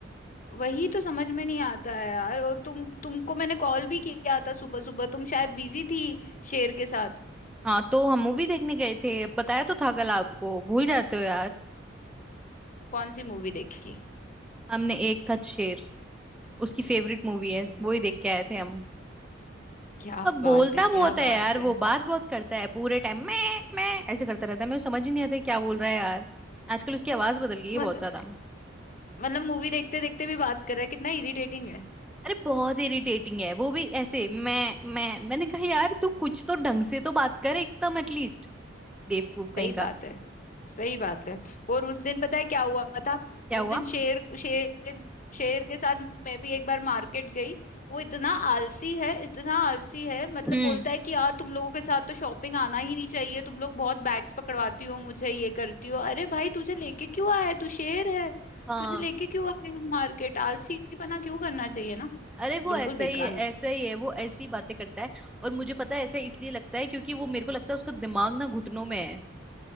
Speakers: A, on the left; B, in the centre.
A: वही तो समझ में नहीं आता है यार और तुम तुमको मैंने कॉल भी किया था सुबह सुबह तुम शायद बिजी थी शेर के साथ
B: हाँ तो हम मूवी देखने गए थे बताया तो था कल आपको भूल जाते हो यार
A: कौन सी मूवी देखी
B: हमने एक था शेर उसकी फेवरेट मूवी है
A: वाह,
B: वो ही देख के आए थे हम
A: क्या
B: अब
A: बात
B: बोलता
A: है क्या
B: बहुत
A: बात
B: है यार
A: है
B: वो बात बहुत करता है पूरे टाइम मैं मैं ऐसे करता रहता है मेरे को समझ ही नहीं आता है क्या बोल रहा है यार आजकल उसकी आवाज बदल गई है
A: मतलब
B: बहुत ज्यादा
A: मतलब मूवी देखते देखते भी बात कर रहा है कितना इरिटेटिंग है।
B: अरे बहुत इरिटेटिंग है वो भी ऐसे मैं मैं मैंने कहा यार तू कुछ तो ढंग से तो बात कर एकदम एटलीस्ट बेवकूफ
A: सही
B: कहीं
A: बात
B: का
A: है सही बात है और उस दिन पता है क्या हुआ था
B: क्या
A: उस
B: हुआ
A: दिन शेर शेर शेर के साथ मैं भी एक बार मार्केट गई वो इतना आलसी है इतना आलसी है मतलब
B: हम्म
A: बोलता है कि यार तुम लोगों के साथ तो शॉपिंग आना ही नहीं चाहिए तुम लोग बहुत बैग्स पकड़वाती हो मुझे ये करती हो अरे भाई तुझे लेके क्यों आया है तू शेर है
B: हाँ
A: तुझे लेके क्यों आए हम मार्केट आलसीपना क्यों करना चाहिए ना
B: अरे वो
A: बिल्कुल
B: ऐसा
A: बेकार
B: ही है ऐसा ही है वो ऐसी ही बातें करता है और मुझे पता है ऐसा इसलिए लगता है क्योंकि वो मेरे को लगता है उसका दिमाग ना घुटनों में है